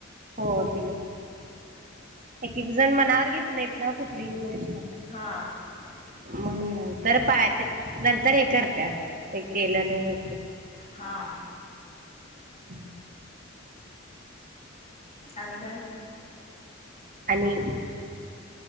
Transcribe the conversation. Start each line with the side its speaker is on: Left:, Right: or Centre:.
Right: हो दिलं प एक एक जण मनावर घेत नाहीत ना कुठलीही गोष्ट.
Left: हां.
Right: मग नंतर पाय ते नंतर हे करत्यात ते केलं नाही.
Left: हां.
Right: हम्म.
Left: आणि काय.
Right: आणि